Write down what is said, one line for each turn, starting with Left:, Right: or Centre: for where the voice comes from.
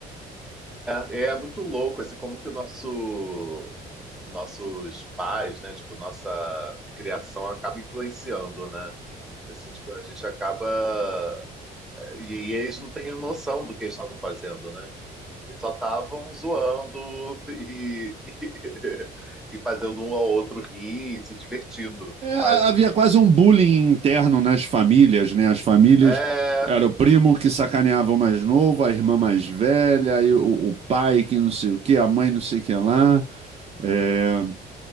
Centre: É, é muito louco, assim, como que o nosso, nossos pais, né, tipo, nossa criação acaba influenciando, né? Assim, tipo, a gente acaba... E, e eles não têm noção do que eles estavam fazendo, né? Eles só estavam zoando e, <laughs> e, fazendo um ao outro rir e se divertindo.
Right: É,
Centre: Mas,
Right: havia quase um bullying interno nas famílias, né? As famílias
Centre: é...
Right: era o primo que sacaneava o mais novo, a irmã mais velha, aí o, o pai que não sei o que, a mãe não sei o que lá. É,